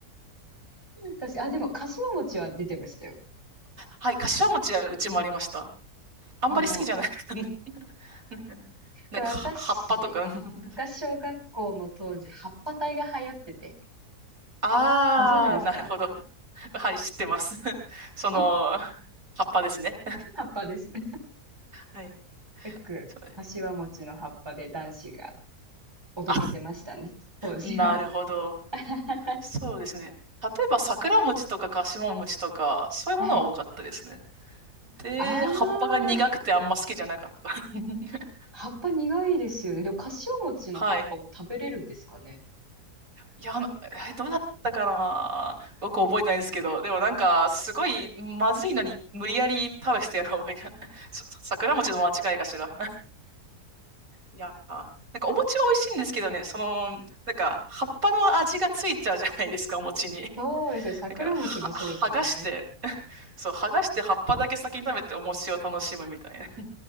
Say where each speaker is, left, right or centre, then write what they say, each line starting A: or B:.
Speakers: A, on the right; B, on the right.
A: 私、あ、でも、かしわ餅は出てましたよ。
B: はい、柏餅はうちもありました。あんまり好きじゃないかな。
A: あの、
B: <laughs> なんか、
A: そう私
B: は葉っぱとか。<laughs>
A: が小学校の当時、葉っぱ隊が流行ってて、
B: ああ、
A: ご存知ですか
B: なるほど。はい、知ってます。<laughs> その、
A: <laughs>
B: 葉っぱですね。<laughs>
A: 葉っぱです。よ
B: はい。
A: く、
B: そう。
A: かしわ餅の葉っぱで男子がおどけてましたね、
B: あ、
A: 当時は。
B: なるほど。
A: <laughs>
B: そうですね。例えば、桜餅とか柏餅とか、そういうものは多かったですね。
A: はい。
B: で、
A: ああ、
B: 葉っぱが苦くてあんま好きじゃなかった。<laughs>
A: 葉っぱ苦いですよね。でも、かしわ餅の葉っぱも食べれるんですかね。
B: はい。いや、あの、え、どうだったかなよく覚えてないんですけど、でもなんか、すごい、まずいのに、無理やり食べしてやる覚えが、<laughs> さ桜餅の間違いかしら。いやー、なんかお餅は美味しいんですけどね、その、なんか、葉っぱの味がついちゃうじゃないですか、お餅に。
A: そうですよ。桜餅もそうですもんね。
B: だから、は、剥がして、そう、剥がして葉っぱだけ先に食べてお餅を楽しむみたいな。